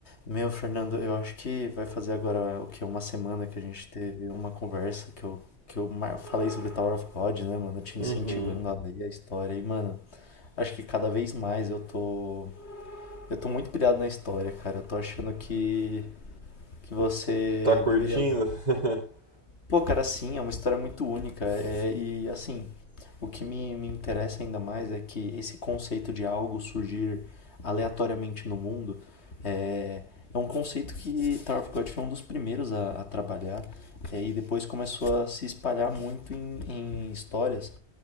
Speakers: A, on the left; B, on the right.
A: Meu, Fernando, eu acho que vai fazer agora o que? Uma semana que a gente teve uma conversa que eu, que eu ma- falei sobre Tower of God, né, mano? Te
B: Uhum.
A: incentivando a ler a história. E, mano, acho que cada vez mais eu tô. Eu tô muito pilhado na história, cara. Eu tô achando que, que você
B: Tá curtindo?
A: deveria ler.
B: <laughs>
A: Pô, cara, sim, é uma história muito única. é, e assim, o que me, me interessa ainda mais é que esse conceito de algo surgir aleatoriamente no mundo é, é um conceito que Tower of God foi um dos primeiros a, a trabalhar. é, e depois começou a se espalhar muito em, em histórias.